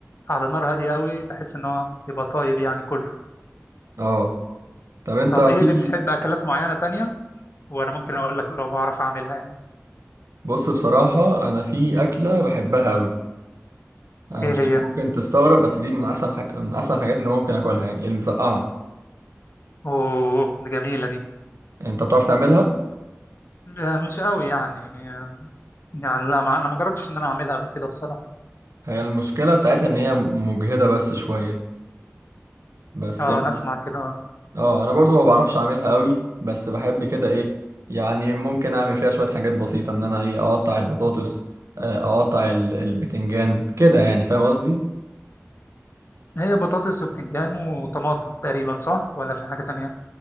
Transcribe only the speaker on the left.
على نار هاديه قوي بحيث ان هو يبقى طايب يعني كله
طب ايه
بتحب اكلات معينة تانية وانا ممكن اقول لك لو بعرف اعملها يعني
ايه
هي
اوه دي جميلة دي
آه، مش قوي يعني آه، يعني لا ما انا ما جربتش ان انا اعملها قبل كده بصراحة
اه
انا اسمع كده
هي بطاطس وبتنجان وطماطم تقريبا صح ولا في حاجة تانية